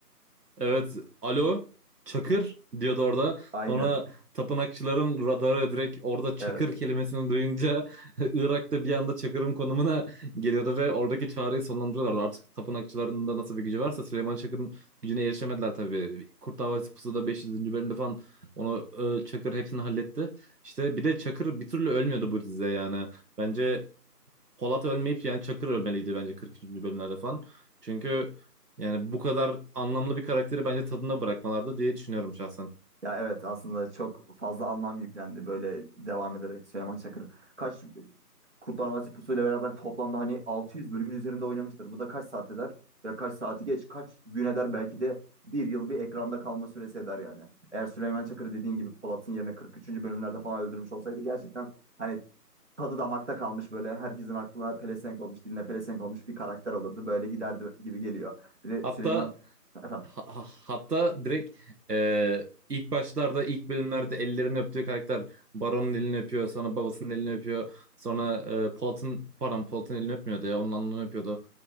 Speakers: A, on the right (about 75°); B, on the right (about 45°).
A: Evet, alo Çakır diyordu orada.
B: Aynen.
A: Sonra tapınakçıların radarı direkt orada Çakır
B: Evet.
A: kelimesini duyunca <laughs> Irak'ta bir anda Çakır'ın konumuna geliyordu ve oradaki çağrıyı sonlandırıyorlardı. Artık tapınakçıların da nasıl bir gücü varsa Süleyman Çakır'ın gücüne erişemediler tabii. Kurt Davası Pusu'da 500. bölümde falan onu e, Çakır hepsini halletti. İşte bir de Çakır bir türlü ölmüyordu bu dizide yani. Bence Polat ölmeyip yani Çakır ölmeliydi bence 43. bölümlerde falan. Çünkü yani bu kadar anlamlı bir karakteri bence tadında bırakmalardı diye düşünüyorum şahsen.
B: Ya evet aslında çok fazla anlam yüklendi böyle devam ederek Süleyman Çakır. Kaç Kurtlar Vadisi Pusu ile beraber toplamda hani 600 bölümün üzerinde oynamıştır. Bu da kaç saat eder? Ya kaç saati geç kaç gün eder belki de bir yıl bir ekranda kalma süresi eder yani. Eğer Süleyman Çakır'ı dediğin gibi Polat'ın yerine 43. bölümlerde falan öldürmüş olsaydı gerçekten hani tadı damakta kalmış böyle herkesin aklına pelesenk olmuş diline pelesenk olmuş bir karakter olurdu. Böyle giderdi gibi geliyor. Bir de
A: Hatta
B: Süleyman efendim
A: Ha- ha- hatta direkt e, ilk başlarda ilk bölümlerde ellerini öptüğü karakter Baron'un elini öpüyor sonra babasının elini öpüyor sonra e, Polat'ın pardon Polat'ın elini öpmüyordu ya onun alnını öpüyordu